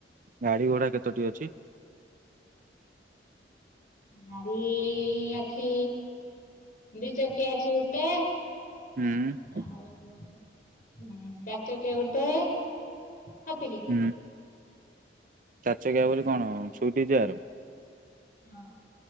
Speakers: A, on the right; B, on the left.
A: ଗାଡି ଘୋଡା କେତୋଟି ଅଛି?
B: ଗାଡି ଅଛି ଦି ଚକିଆ ଅଛି ଗୋଟେ।
A: ହୁଁ।
B: ଆଉ ଚାରିଚକିଆ ଗୋଟେ ହେତିକି।
A: ହୁଁ ଚାରିଚକିଆ ବୋଲି କଣ ସୁଇଟ ଯାର?
B: ହଁ।